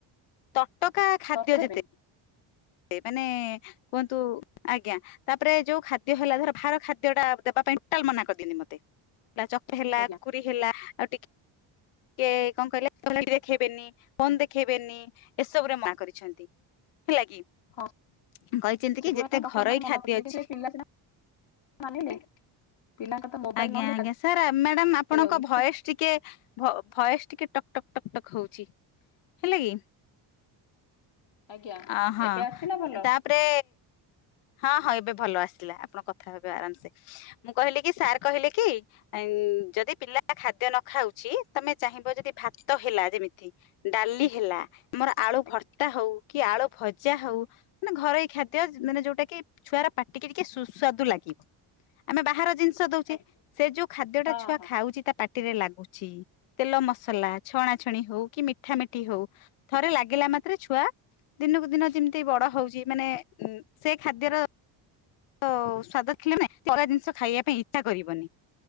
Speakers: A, on the left (about 80°); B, on the left (about 60°).
A: ଟକା ଖାଦ୍ୟ
B: ତରତର
A: ଯେତେ
B: ହେବେନି
A: ମାନେ କୁହନ୍ତୁ ଆଜ୍ଞା, ତାପରେ ଯୋଉ ଖାଦ୍ୟ ହେଲା। ଧର ବାହାର ଖାଦ୍ୟ ଟା ଦେବା ପାଇଁ, ଟୋଟାଲ ମନା କରିଦିଅନ୍ତି ମତେ। ଚକ <unintelligible> ହେଲା
B: ଆଜ୍ଞା
A: କୁର୍କୁରି ହେଲା ଆଉ ଟିକେେ କଣ କହିଲେ, <unintelligible> ଦେଖେଇବେନି, ଫୋନ୍ ଦେଖେଇବେନି। ଏସବୁରେ ମା କରିଛନ୍ତି, ହେଲା କି କହିଛନ୍ତି
B: ହଁ
A: କି,
B: ସେଗୁଡାକ
A: ଯେତେ
B: ଡକ୍ଟର
A: ଘରୋଇ
B: ମାନେ
A: ଖାଦ୍ୟ
B: ମନା କରୁଛନ୍ତି
A: ଅଛି।
B: କିନ୍ତୁ ଏ ପିଲା ସିନା ମାନିଲେ ପିଲାଙ୍କର ତ ମୋବାଇଲ
A: ଆଞା,
B: ନହେଲେ
A: ଆଞା,
B: ଖାଦ୍ୟ
A: ସାର୍ ମାଡାମ୍ ଆପଣଙ୍କ
B: ଯାଉନି
A: ଭଏସ୍ ଟିକେ, ଭଏସ୍ ଟିକେ ଟକ୍ ଟକ୍ ହଉଛି ହେଲେ କି
B: ଆଜ୍ଞା
A: ଅ ହଁ
B: ଏବେ ଆସିଲା ଭଲ
A: ତାପରେ ହଁ, ହଁ। ଏବେ ଭଲ ଆସିଲା। ଆପଣ କଥା ହେବେ ଆରାମସେ। ମୁଁ କହିଲି କି, ସାର୍ କହିଲେ କି, ଯଦି ପିଲା ଖାଦ୍ୟ ନ ଖାଉଛି ତମେ ଚାହିଁବ ଯଦି, ଭାତ ହେଲା ଯେମିତି ଡାଲି ହେଲା, ଆମର ଆଳୁ
B: ଆଜ୍ଞା
A: ଭର୍ତ୍ତା ହଉ କି ଆଳୁ ଭଜା ହଉ ମାନେ, ଘରୋଇ ଖାଦ୍ୟ, ମାନେ ଯୋଉଟା କି ଛୁଆର ପାଟିକି ଟିକେ ସୁସ୍ବାାଦୁ ଲାଗିବ। ଆମେ ବାହାର ଜିନିଷ <unintelligible>
B: ଆଜ୍ଞା
A: ସେ ଯୋଉ ଖାଦ୍ୟ ଟା
B: ହଁ
A: ଛୁଆ
B: ହଁ
A: ଖାଉଛି, ତା ପା ପାଟିରେ ଲାଗୁଛି। ତେଲ ମସଲା, ଛଣା ଛଣି ହଉ କି, ମିଠା ମିଠି ହଉ। ଥରେ ଲାଗିଲା ମାତ୍ରେ, ଛୁଆ ଦିନକୁ ଦିନ ଯେମିତି ଏ ବଡ ହଉଛି, ମାନେ ସେ ଖାଦ୍ୟର ତ ସ୍ଵାଦ <unintelligible> ମ କଗା <unintelligible> ଜିନିଷ ଖାଇବା ପାଇଁ ଇଛା କରିବନି,